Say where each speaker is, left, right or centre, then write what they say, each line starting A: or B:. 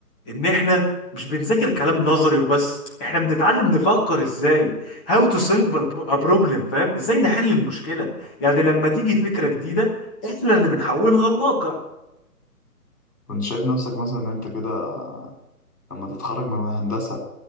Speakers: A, in the centre; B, on the left.
A: إن إحنا مش بنذاكر كلام نظري وبس إحنا بنتعلم نفكر إزاي how to solve a problem فاهم إزاي نحل المشكلة يعني لما تيجي فكرة جديدة إحنا اللي بنحولها لواقع
B: كنت شايف نفسك مثلا إن أنت كده لما تتخرج من هندسة